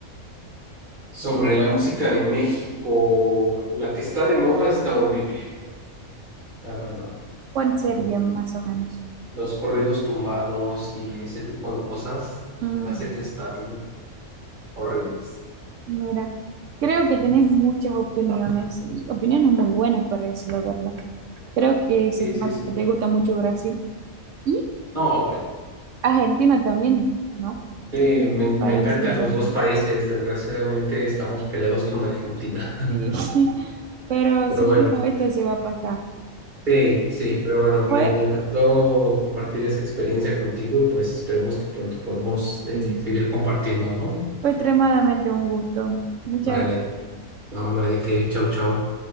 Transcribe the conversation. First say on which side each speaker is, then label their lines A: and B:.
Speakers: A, on the right; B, on the right.
A: Sobre la música de México, la que está de moda está horrible, la verdad.
B: ¿Cuál sería
A: Mm,
B: más o menos?
A: Los corridos tumbados y ese tipo de cosas,
B: Mm,
A: me parece que están horribles.
B: mira, creo que tenés muchas opiniones y opiniones muy buenas para eso, la verdad. Creo que se
A: Sí,
B: te
A: sí,
B: nota
A: sí.
B: que te gusta mucho Brasil y
A: No, bueno.
B: Argentina también, ¿no?
A: Sí, me, me
B: Parece
A: encantan
B: la verdad.
A: los dos países, desgraciadamente estamos peleados con Argentina. <laughs>
B: Sí. <laughs> Pero
A: Pero
B: seguro
A: bueno.
B: esto se va a pasar.
A: Sí, sí, pero bueno, me,
B: Fue,
A: me encantó compartir esa experiencia contigo y pues esperemos que pronto podamos eh,
B: sí,
A: seguir compartiendo, ¿no?
B: fue extremadamente un gusto. Muchas
A: Vale,
B: gracias.
A: no, no hay de qué, chau, chau.